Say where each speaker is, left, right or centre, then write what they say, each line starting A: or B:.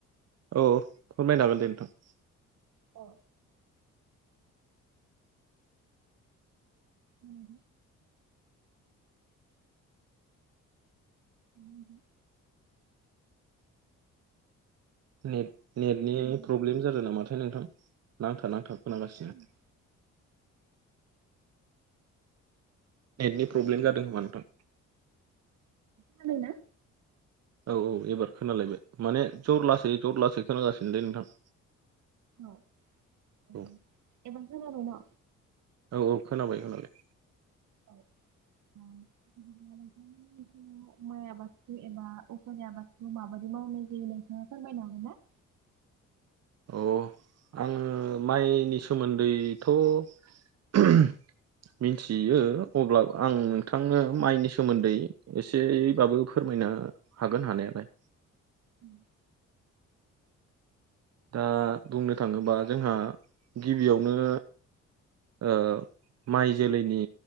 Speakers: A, on the right; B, on the right.
A: औ अ फोरमायनो हागोन दे नोंथां।
B: अ। उम उम
A: नेट नेटनि
B: खोनादों नोंथां?
A: प्रब्लेम जादोनामाथाय नोंथां नांथा नांथा खोनागासिनो।
B: औ खोनादों दे।
A: नेटनि
B: खोनादों
A: प्रब्लेम जादों खोमा नोंथां।
B: खोनादों ना
A: औ औ एबार खोनालायबाय माने जर लासै जर लासै खोनागासिनोलै नोंथां।
B: औ ओ
A: औ
B: एबार खोनाबायना।
A: औ औ खोनाबाय खोनाबाय।
B: औ उम। बिदि माइ आबादखौ एबा उफेरे आबादखौ माबायदि मावनाय जायो नोंथाङा फोरमायनो हागोनना।
A: अ आङो माइनि सोमोन्दैथ' मिनथियो अब्ला आं नोंथांनो माइनि सोमोन्दै एसेयैबाबो फोरमायनो हागोन हानायालाय।
B: उम।
A: दा बुंनो थाङोबा जोंहा गिबियावनो ओ माइ जोलैनि